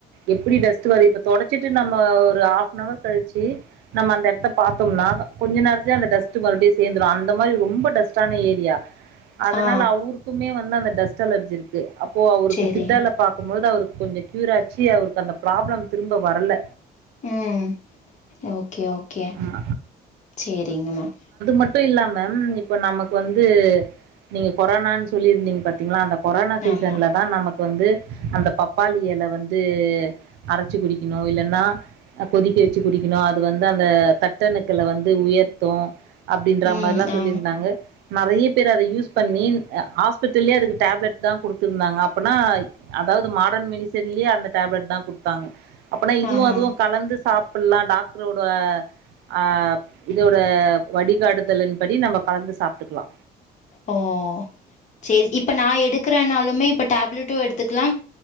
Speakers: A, on the right; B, on the left.
A: எப்படி டஸ்ட்ட் வரு இப்ப தொடச்சிட்டு நம்ம ஒரு ஹாப்ன் அவர் கழிச்சு நம்ம அந்த எடத்த பாத்தோம்னா கொஞ்ச நேரத்துலயே அந்த டஸ்ட் மறுபடியும் சேந்துரும் அந்த மாதிரி ரொம்ப டஸ்டான ஏரியா அதனால
B: ஆ
A: அவருக்குமே வந்து அந்த டஸ்ட் அலர்ஜி இருக்கு அப்போ அவருக்கு
B: சேரி
A: சித்தா பாக்கும்போது அவருக்கு கொஞ்சோ கியூர் ஆச்சு அவருக்கு அந்த ப்ராப்ளம் திரும்ப வரல
B: ம் ஓகே ஓகே
A: ம்,
B: சேரிங்க மேம்
A: மட்டும் இல்லாம மேம் இப்ப நமக்கு வந்து நீங்க கொரோனான்னு சொல்லிருந்தீங்க பாத்தீங்கள அந்த கொரோனா சீசன்ல
B: ஆமா
A: தான் நமக்கு வந்து அந்த பப்பாளி இலை வந்து அரைச்சு குடிக்கணு இல்லன்னா கொதிக்க வெச்சு குடிக்கணு அது வந்து அந்த தட்டணுக்களை வந்து உயர்த்து அப்படின்ற
B: ம்
A: மாரில்லா சொல்லி
B: ஆ
A: இருந்தாங்க நெறைய பேர் அத யூஸ் பண்ணி ஹாஸ்பிட்டல்லயே அதுக்கு டேப்லெட் தான் குடுத்துருந்தாங்க அப்பனா அத அதாவது மாடர் மெடிசன்லயே அந்த டேப்லெட் தான் குடுத்தாங்க அப்படின்னா இதுவும்
B: ஆஹா
A: அதுவும் கலந்து சாப்டலா டாக்டரோட அ இதோட வடிகாடுதலின்படி நம்ம கலந்து சாப்டுக்கலா
B: ஓ ஓ சேரி இப்ப நான் எடுக்கறனாலுமே இப்ப டேப்லெட்டும் எடுத்துக்கலாம்